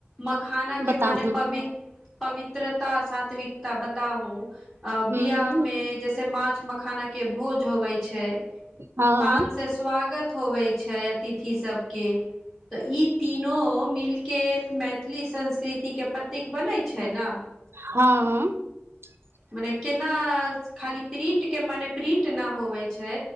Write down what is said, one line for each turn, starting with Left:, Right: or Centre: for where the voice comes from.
Centre: मखाना के
Right: बताहु
Centre: मने पवित्र। <unintelligible> पवित्रता सात्विकता बताउू। <unintelligible> अ
Right: हूँ
Centre: बियाह मे जैसे मार। किछ मखाना के भोज होबै छै।
Right: हँ
Centre: पान से स्वागत। होबै छै अतिथि सभके तऽ ई तीनो मिलके मैथिली संस्कृतिके प्रतीक बनैत छै न।
Right: हँ। <unintelligible>
Centre: मने केना खाली प्रिंट के मने प्रिंट नहि होबै छै।